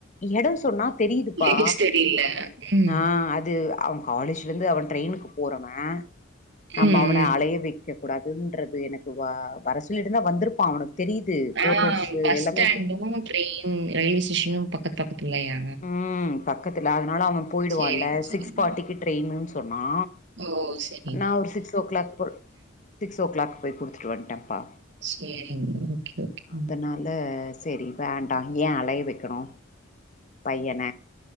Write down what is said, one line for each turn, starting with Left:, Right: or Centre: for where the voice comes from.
Left: எடோ சொன்னாப் தெரிதுப்பா
Right: லேடிஸ் தெரியல. ம்.
Left: ஆ அது அவுங்க காலேஜ்லருந்து அவ ட்ரெயினுக்கு போறவே நம்ப
Right: ம்,
Left: அவன
Right: ம்.
Left: அலைய வெக்க கூடாதுன்றது எனக்கு வா வர சொல்லிட்ருந் தா வந்திருப்பா அவனுக்கு தெரியுது ஃபோர்
Right: ஆ
Left: ரோட்ஸ்சு
Right: பஸ்
Left: எல்லாமே
Right: ஸ்டாண்டும்,
Left: தெ
Right: ட்ரெயின் ரயில்வே ஸ்டேஷனு பக்கத் பக்கத்துலயா
Left: ம் பக்கத்துல அதனால அவே போயிடுவான்ல
Right: சரிங்க, சரிங்க.
Left: சிக்ஸ் ஃபார்ட்டிக்கி ட்ரெயின்னு சொன்னா
Right: ஓ செ
Left: நா ஒரு சிக்ஸ் ஓ கிளாக் போ சிக்ஸ் ஓ கிளாக் போய் குடுத்துட்டு வந்துட்டேப்பா
Right: சேரிங் ஓகே ஓகே ம்
Left: அதனால சேரி வேண்டா ஏ அலைய வெக்கணு பையன